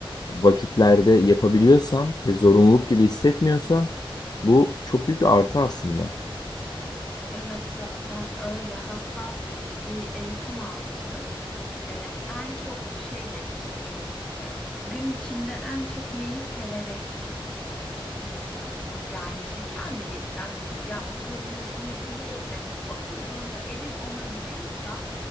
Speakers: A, on the left (about 45°); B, in the centre.
A: vakitlerde yapabiliyorsan ve zorunluluk gibi hissetmiyorsan bu çok büyük bir artı aslında.
B: Evet zaten öyle. Hatta bir eğitim almıştım. Ee, en çok şey demişti eğitimde. Gün içinde en çok neyi severek yapıyorsunuz. Yani işte kendiliğinden ya oturayım da şunu yapayım değil de oturduğunda elin ona gidiyorsa